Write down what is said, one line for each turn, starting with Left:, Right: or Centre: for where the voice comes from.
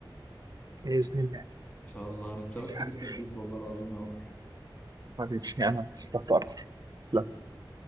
Right: باذن الله
Left: ان شاء الله انا اتشرفت
Right: مش عارف
Left: جدا بيك والله العظيم يا عمر
Right: حبيبي انا اتشرفت اكتر تسلم.
Left: شكرا